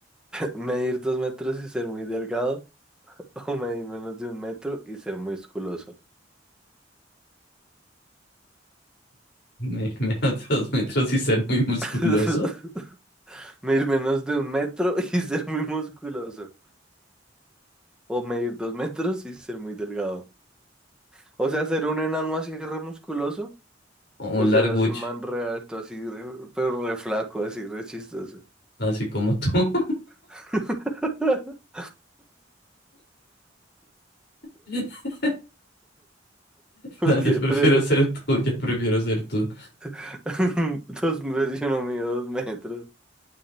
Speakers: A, in the centre; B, on the left (about 60°).
A: Medir dos metros y ser muy delgado, <laughs> o medir menos de un metro y ser musculoso.
B: medir menos <laughs> dos metros y ser muy musculoso
A: <laughs> Medir menos de un metro <laughs> y ser muy musculoso, o medir dos metros y ser muy delgado. O sea, ser un enano así re musculoso,
B: o
A: o
B: un
A: ser
B: largucho,
A: así un man re alto, así, re- pero re flaco, así re chistoso.
B: así como tú.
A: <laughs>
B: <laughs> No, yo
A: ¿Qué
B: prefiero
A: prefi-
B: ser tú, yo prefiero ser tú.
A: <laughs> Dos metros, yo no mido dos metros.